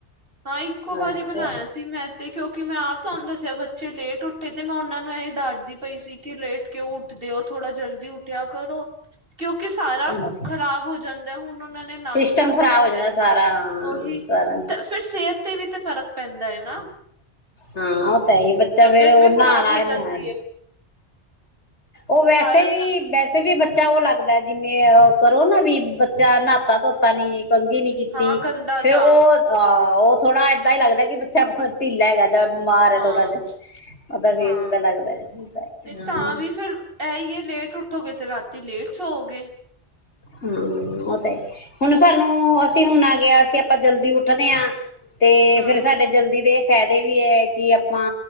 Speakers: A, on the right; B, on the left.
A: ਹਾਂ ਇੱਕੋ ਵਾਰੀ
B: ਅੱਛਾ
A: ਬਣਾਇਆ ਸੀ ਮੈਂ ਤੇ ਕਿਉਂਕਿ ਮੈਂ ਆਪ ਤੁਹਾਨੂੰ ਦੱਸਿਆ ਬੱਚੇ ਲੇਟ ਉੱਠੇ ਤੇ ਮੈਂ ਉਹਨਾਂ ਨੂੰ ਇਹ ਡਾਂਟਦੀ ਪਈ ਸੀ ਕਿ ਲੇਟ ਕਿਉਂ ਉੱਠਦੇ ਹੋ ਥੋੜਾ ਜਲਦੀ ਉੱਠਿਆ ਕਰੋ ਕਿਉਂਕਿ ਸਾਰਾ
B: ਅੱਛਾ
A: ਖ਼ਰਾਬ ਹੋ ਜਾਂਦਾ। ਦਾ ਹੁਣ ਉਹਨਾਂ ਨੇ ਨਾਸ਼ਤਾ
B: ਸਿਸਟਮ ਖਰਾਬ
A: ਕੀਤਾ
B: ਹੋ ਜਾਂਦਾ
A: ਹੈ।
B: ਸਾਰਾ ਹਾਂ
A: ਉਹੀ
B: ਸਾਰਾ
A: ਫਿਰ ਸਿਹਤ ਤੇ ਵੀ ਤੇ ਫ਼ਰਕ ਪੈਂਦਾ ਹੈ ਨਾ
B: ਹਾਂ ਇਹ ਤੇ ਹੈ ਹੀ ਬੱਚਾ
A: ਤਬੀਅਤ
B: ਫੇਰ ਉਹ
A: ਵੀ
B: ਨਹਾਣਾ
A: ਖ਼ਰਾਬ ਹੋ
B: ਨ
A: ਜਾਂਦੀ
B: ਹ
A: ਹੈ
B: ਉਹ ਵੈਸੇ
A: ਸਾਰਾ
B: ਵੀ
A: ਟਾਈਮ
B: ਵੈਸੇ ਵੀ ਬੱਚੇ ਬੱਚਾ ਉਹ ਲੱਗਦਾ ਜਿਵੇਂ ਕਰੋ ਨਾ ਵੀ ਬੱਚਾ ਨਹਾਤਾ ਧੋਤਾ ਨੀ ਕੰਗੀ ਨਹੀਂ ਕੀਤੀ
A: ਹਾਂ ਗੰਦਾ
B: ਫੇਰ
A: ਜਾ
B: ਉਹ ਅਹ ਉਹ ਥੋੜਾ ਏਦਾਂ ਹੀ ਲਗਦਾ ਬੱਚਾ ਢਿੱਲਾ ਹੈਗਾ। ਜਾਂ ਬਿਮਾਰ ਹੈ
A: ਹਾਂ
B: ਥੋੜਾ ਜਿਹਾ ਉਹਦਾ ਫੇਸ
A: ਹਾਂ
B: ਏਦਾਂ ਲੱਗਦਾ ਹਮ
A: ਤੇ ਤਾਂ ਵੀ ਫਿਰ ਇਹ ਹੀ ਹੈ ਲੇਟ ਉੱਠੋਗੇ ਤੇ ਰਾਤੀ ਤੇ ਲੇਟ ਸੋਵੋ ਗੇ
B: ਹਾਂ ਉਹ ਤਾਂ ਹੁਣ ਸਾਨੂੰ ਅਸੀਂ ਹੁਣ ਆ ਗਿਆ ਅਸੀਂ ਆਪਾਂ ਜਲਦੀ ਉੱਠਦੇ ਹਾਂ ਤੇ
A: ਹਾਂ
B: ਫੇਿਰ ਸਾਡੇ ਜਲਦੀ ਦੇ ਫਾਇਦੇ ਵੀ ਹੈ ਕਿ ਆਪਾਂ